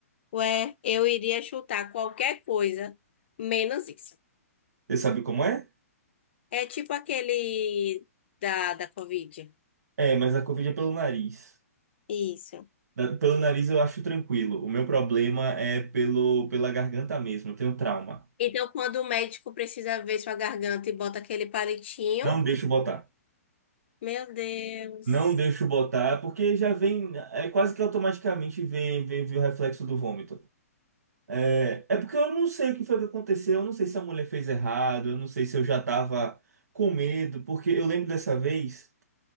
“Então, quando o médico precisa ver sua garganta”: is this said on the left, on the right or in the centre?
Left